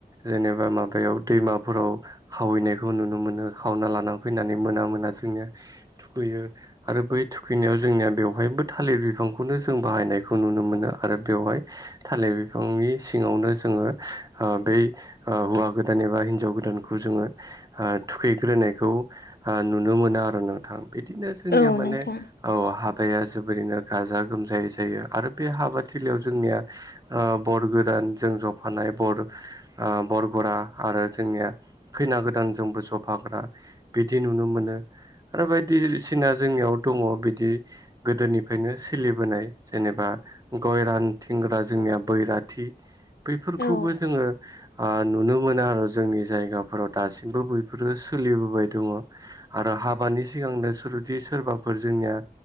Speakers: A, on the right; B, on the left.
A: जेनेबा माबायाव दैमाफोराव खावैनायखौ नुनो मोनो खावना लाना फैनानै मोना मोना जोंनिया खैयो आरो बै थुखैनायाव जोंनिया बेवहायबो थालिर बिफांखौनो जों बाहायखौ खौ नुनो मोनो आरो बेवहाय थालिर बिफांनि सिङावनो जोङो ओ बै ओ हौवा गोदान एबा हिनजाव गोदानखौ जोङो हो थुखैग्रोनायखौ हो नुनो मोनो आरो ना थां बिदिनो जोंनिया
B: औ
A: माने
B: नोंथां
A: औ हाबाया जोबोरैनो गाजा गोमजायै जायो आरो बे हाबाथिलियाव जोंनिया ओ बर गोदान जों जफानाय बर ओ बरगरा आरो जोंनिया खैना गोदानजोंबो जफाग्रा बिदि नुनो मोनो बायदिसिना जोंनियाव दङ बिदि गोदोनिफ्रायनो सोलिबोनाय जेनेबा गय रानथिनग्रा जोंनिया बैराथि बैफोरखौबो
B: औ
A: जोङो हा नुनो मोनो आरो जोंनि जायगाफोराव दासिमबो बैफोरो सोलिबोबाय दङ आरो हाबानि सिगांनो सुरदि सोरबा फोर जोंनिया